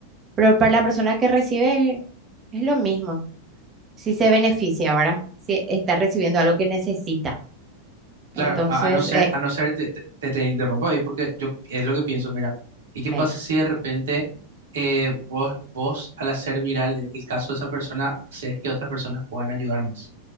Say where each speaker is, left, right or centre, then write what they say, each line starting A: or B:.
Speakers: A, on the right; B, on the right.
A: Pero para la persona que recibe es, es lo mismo, si se beneficia, ¿verdad? Si está recibiendo algo que necesita.
B: Claro,
A: Entonces,
B: a, a no ser,
A: eh,
B: a no ser, te, te, te- te interrumpo ahí porque yo es lo que pienso, mira, ¿y qué
A: sí,
B: pasa si de repente eh, vos, vos al hacer viral el, el caso de esa persona, haces que otras personas puedan ayudar más?